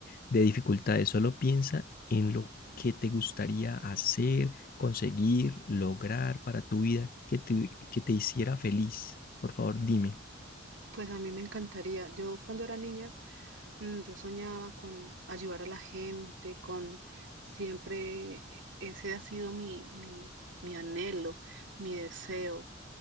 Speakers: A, on the left; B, on the right.
A: de dificultades, solo piensa en lo que te gustaría hacer, conseguir, lograr para tu vida, que te, que te hiciera feliz. Por favor, dime.
B: Pues a mí me encantaría, yo cuando era niña... Mm, Yo soñaba con ayudar a la gente, con siempre ese ha sido mi, mi, mi anhelo, mi deseo.